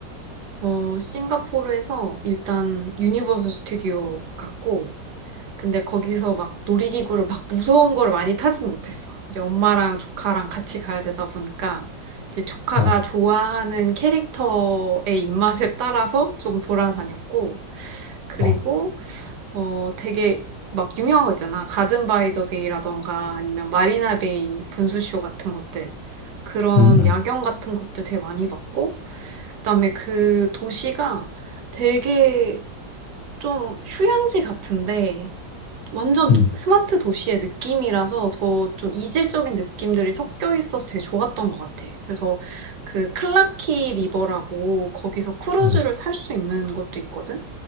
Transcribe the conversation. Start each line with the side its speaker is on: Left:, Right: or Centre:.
Right: 어, 싱가포르에서 일단 유니버설 스튜디오 갔고, 근데 거기서 막 놀이기구를 막 무서운 걸 많이 타진 못했어. 이제 엄마랑 조카랑 같이 가야 되다 보니까 이제 조카가
Left: 어.
Right: 좋아하는 캐릭터의 입맛에 따라서 좀 돌아다녔고 그리고
Left: 어.
Right: 어 되게 막 유명한 거 있잖아. 가든 바이 더 베이라던가 아니면 마리나 베이 분수쇼 같은 것들. 그런
Left: 응, 응,
Right: 야경 같은 것들 되게 많이 봤고 그다음에 그 도시가 되게 좀 휴양지 같은데 완전
Left: 응,
Right: 스마트 도시의 느낌이라서 더 좀 이질적인 느낌들이 섞여 있어서 되게 좋았던 것 같아. 그래서 그 클라키 리버라고 거기서 크루즈를
Left: 응.
Right: 탈 수 있는 것도 있거든.